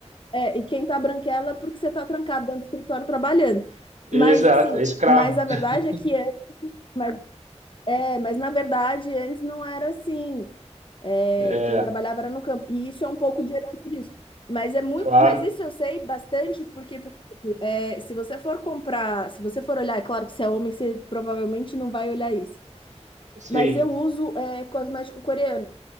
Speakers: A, on the left; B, on the right.
A: É, e quem tá branquela é porque você tá trancado dentro do escritório trabalhando. Mas
B: Exato,
A: assim,
B: é escravo.
A: mas a verdade
B: <laughs>
A: é que antes, mas, é, mas na verdade antes não era assim. É,
B: É,
A: quem trabalhava era no campo. E isso é um pouco de herança disso. Mas é muito,
B: claro,
A: mas isso eu sei bastante porque é, se você for comprar, se você for olhar, é claro que se é homem, você provavelmente não vai olhar isso.
B: sim.
A: Mas eu uso é, cosmético coreano.